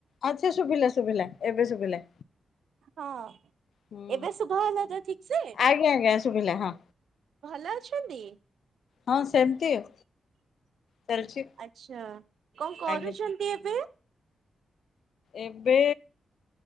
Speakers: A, on the left; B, on the right.
A: ଆଚ୍ଛା ଶୁଭିଲା ଶୁଭିଲା ଏବେ ଶୁଭିଲା।
B: ହଁ,
A: ହୁଁ
B: ଏବେ ଶୁଭାଗଲା ତ ଠିକ ସେ?
A: ଆଜ୍ଞା ଆଜ୍ଞା ଶୁଭିଲା ହଁ
B: ଭଲ ଅଛନ୍ତି?
A: ହଁ ସେମିତି ଆଉ ଚାଲିଛି
B: ଆଛା କଣ କରୁଛ
A: ଆଜ୍ଞା
B: ନ୍ତି ଏବେ?
A: ଏବେ